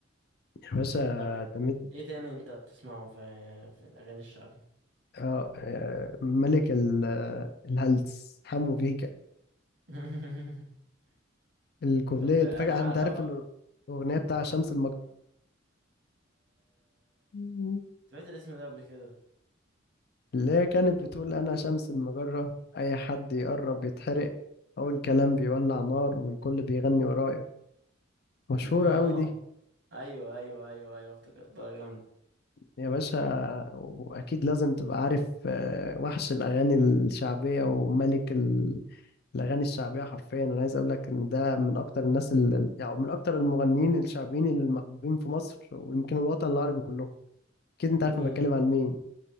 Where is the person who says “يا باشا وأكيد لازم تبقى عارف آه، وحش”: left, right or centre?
Left